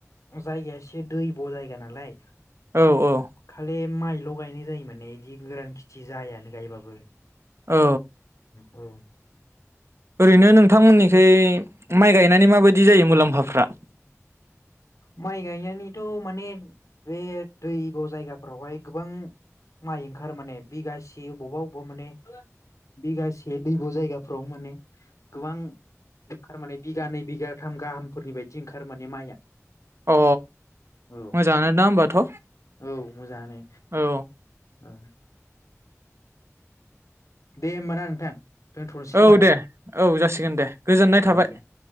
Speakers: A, on the left (about 80°); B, on the right (about 55°).
A: जायगाया एसे दैब' जायगा नालाय।
B: औ औ।
A: खालि माइल' गायनाय जायो माने इदि गोरान खेथि जायानो गायबाबो।
B: औ।
A: औ।
B: ओरैनो नोंथांमोनिखोय माइ गायनानै माबायदि जायो मुलाम्फाफ्रा।
A: माइ गायनानैथ' माने बे दैब' जायगाफोरावहाय गोबां माइ ओंखारो माने बिगासे अबावबा-अबावबा माने बिगासे दैब' जायगाफोराव माने गोबां ओंखारो माने बिगानैै बिगाथाम गाहामफोरनि बाय दि ओंखारो माने माइया।
B: अ
A: औ
B: मोजाङानो दा होमबाथ'
A: औ मोजाङानो
B: औ।
A: औ दे होमबाना नोंथां। दोनथ'नोसै खोमा
B: औ
A: दां
B: दे औ जासिगोन दे गोजोननाय थाबाय
A: औ दे